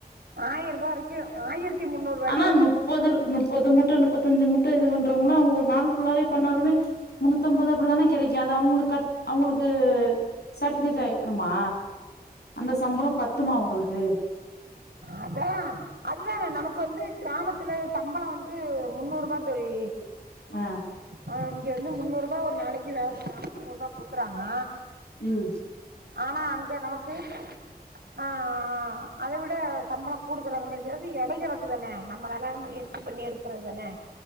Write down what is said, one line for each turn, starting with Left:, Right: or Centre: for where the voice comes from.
Right: ஆயிர்ரூவா வரைக்கு ஆயிரத்தி முன்னூறு பாய்க்
Left: மா முப்பது முப்பது முட்ட முப்பத்தஞ்சு முட்ட இது பண்ற இல்ல அவங்க ஒரு நாள் ஃபுல்லாவே பண்ணாலுமே முன்னூத்தம்பது அப்புடிதான கெடைக்கு அது அவங்களுக்கு கட் அவங்களுக்கு சேட்பேசாய் ஆமா அந்த சம்பளோ பத்துமா உங்களுக் ரே
Right: அதல்லா அதுதான நமக்கு வந்து கிராமத்துல சம்பளோ வந்து முன்னூரூபா தோழி
Left: அ
Right: ஆ இங்க வந்து முன்னூரூபா ஒரு நாளைக்கு வேல செஞ்சாங்கனா முந்நூரூபா குடுக்குறாங்க
Left: ம்
Right: ஆனா அங்க நமக்கு ஆ ஆ அத விட் டு சம்பளோ கூடுதலாதான இதாவது எடை கணக்கு தான நம்மளால எறச்சு பண்ணி எடுக்குறது தான